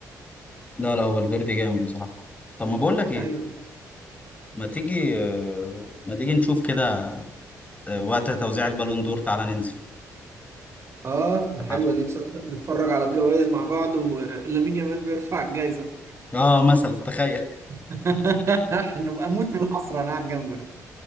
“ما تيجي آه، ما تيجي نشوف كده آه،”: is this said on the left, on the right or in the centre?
Left